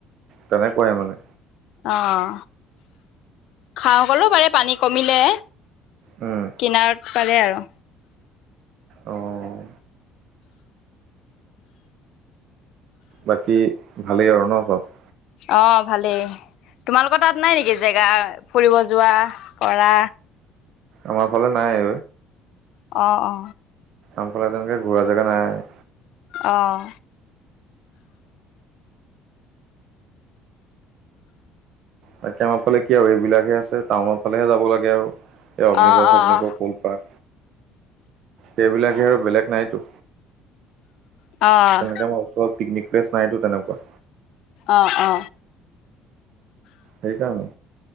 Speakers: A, on the right; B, on the left.
A: তেনেকুৱাই মানে।
B: অঁ, খাওঁ কলেও পাৰে পানী কমিলে।
A: উম।
B: কিনাৰত পাৰে আৰু।
A: অঁ। বাকী ভালেই আৰু ন চব।
B: অঁ, ভালেই তোমালোকৰ তাত নাই নেকি জেগা ফুৰিব কৰা?
A: আমাৰ ফালে নাই।
B: অঁ, অ।
A: আফালে তেনেকৈ ঘূৰা জেগা নাই।
B: অঁ।
A: তাকে আমাৰ ফালে কি আৰু এইবিলাকহে আছে টাউনৰ ফালেহে যাব লাগে, আৰু এই অগ্নিকড়
B: অ', অ',
A: কল সেইবিলাকে আৰু বেলেগ নাইতো।
B: অ',
A: তেনেকে আমাৰ ওচৰত পিকনিক প্লেচ নাইতো তেনেকুৱা।
B: অঁ, অ।
A: সেইকাৰণে,